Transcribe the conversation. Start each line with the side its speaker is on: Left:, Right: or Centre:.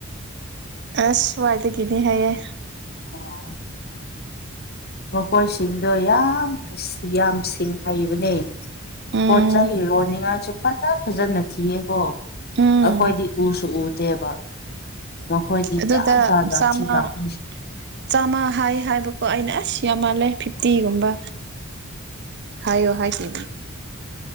Right: ꯑꯁ ꯁ꯭ꯋꯥꯏꯗꯒꯤꯅꯦ ꯍꯥꯏꯌꯦ
Left: ꯑꯣ ꯃꯈꯣꯏꯁꯤꯡꯗꯣ ꯌꯥꯝ ꯌꯥꯝ ꯁꯤꯡ ꯍꯩꯕꯅꯦ
Right: ꯎꯝ
Left: ꯄꯣꯠ ꯆꯩ ꯌꯣꯅꯤ ꯉꯥꯢꯁꯨ ꯐꯖ ꯐꯖꯅ ꯊꯤꯌꯦꯀꯣ
Right: ꯎꯝ
Left: ꯑꯩꯈꯣꯏꯗꯤ ꯎꯁꯨ ꯎꯗꯦꯕ ꯃꯈꯣꯏꯗꯤ
Right: ꯑꯗꯨꯗ
Left: ꯖꯥꯠ ꯖꯥꯠ ꯖꯥꯠ
Right: ꯆꯥꯃꯉꯥ
Left: ꯊꯤꯔꯛꯄꯅꯤ
Right: ꯆꯥꯝꯃꯥ ꯍꯥꯏ ꯍꯥꯏꯕꯀꯣ ꯑꯩꯅ ꯑꯁ ꯌꯥꯝ ꯃꯥꯜꯂꯦ ꯐꯤꯐꯇꯤꯒꯨꯝꯕ ꯍꯥꯏꯌꯣ ꯍꯥꯏ ꯈꯤ